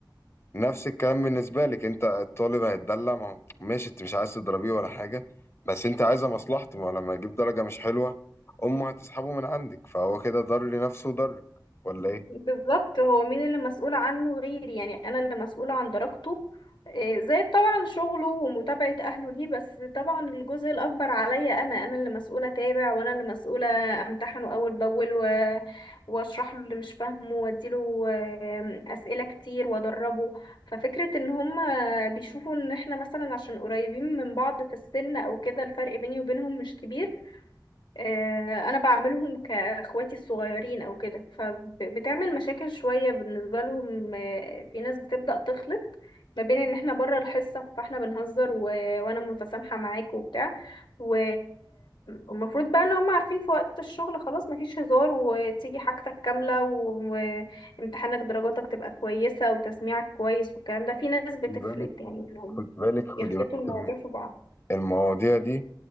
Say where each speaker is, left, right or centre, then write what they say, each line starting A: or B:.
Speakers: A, on the left; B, on the left.
A: نفس الكلام بالنسبة لك انت الطالب هيتدلع ما هو- ماشي انت مش عايز تضربيه ولا حاجة بس انت عايزة مصلحته ما هو لما يجيب درجة مش حلوة امه هتسحبه من عندك فهو كده ضر لنفسه وضرك ولا ايه
B: بالظبط هو مين اللي مسؤول عنه غيري يعني انا اللي مسؤولة عن درجته آه، زائد طبعا شغله ومتابعة اهله ليه بس طبعا الجزء الاكبر عليا انا انا اللي مسؤولة اتابع وانا اللي مسؤولة امتحنه اول باول و... واشرح له اللي مش فاهمه واديله آم، اسئلة كتير وادربه ففكرة ان هم بيشوفوا ان احنا مثلا عشان قريبين من بعض في السن او كده الفرق بيني وبينهم مش كبير آه، انا بعملهم كاخواتي الصغيرين او كده فبتعمل مشاكل شوية بالنسبة لهم آه، في ناس بتبدأ تخلط ما بين ان احنا بره الحصة فاحنا بنهزر و... وانا متسامحة معاك وبتاع و... والمفروض بقى ان هم عارفين في وقت الشغل خلاص مفيش هزار وتيجي حاجتك كاملة و- وامتحانك درجاتك تبقى كويسة وتسميعك كويس والكلام ده في ناس
A: خدي
B: بتفلت
A: بالك
B: يعني انهم
A: خدي بالك خدي
B: يخلطوا
A: بالك
B: المواضيع
A: الم-
B: في بعض
A: المواضيع دي